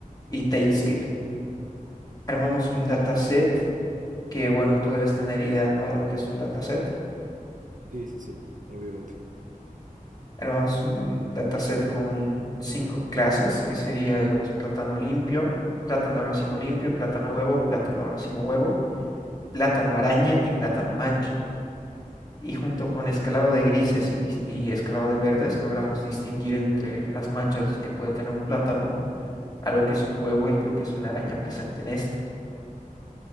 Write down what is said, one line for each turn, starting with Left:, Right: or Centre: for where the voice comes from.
Left: y Tailscale.
Right: Ujú.
Left: Armamos un dataset que, bueno, tú debes tener idea, ¿no? De lo que es un dataset.
Right: Sí, sí, sí, obviamente.
Left: Armamos un dataset con cinco clases, que sería, digamos, plátano limpio, plátano racimo limpio, plátano huevo, plátano racimo huevo, plátano araña y plátano mancha. y junto con escalado de grises y, vis- y escalado de verdes logramos distinguir entre las manchas que puede tener un plátano a lo que es un huevo y lo que es una araña presente en este.